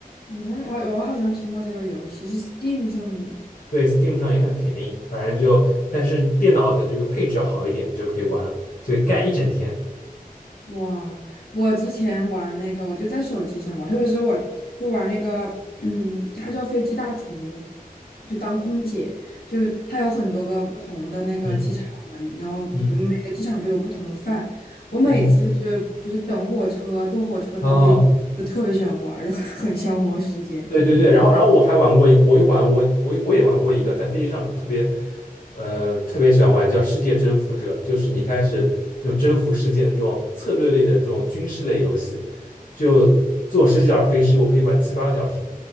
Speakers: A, on the left; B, on the left.
A: 嗯，哦，我好像听过这个游戏，是 Steam 上的吗？
B: 对，Steam 上也很便宜，反正就，但是电脑的这个配置好一点就可以玩了，对，干一整天。
A: 哇，我之前玩那个，我就在手机上玩，特别是我就玩那个，嗯，它叫飞机大厨，就当空姐，就是它有很多个不同的那个机场嘛，
B: 嗯
A: 然后每个机场就有不同的饭。
B: 嗯。
A: 我每次就是就是等火车、
B: 嗯，
A: 坐火车、等飞机，
B: 啊，
A: 就特别喜欢玩儿就很消磨时间。
B: 对对对，然后然后我还玩过一，我也玩我我也我也玩过一个，在飞机上特别，呃，特别喜欢玩叫《世界征服者》，就是你开始那种征服世界的这种策略类的这种军事类游戏，就坐十几小时飞机，我可以玩七八个小时，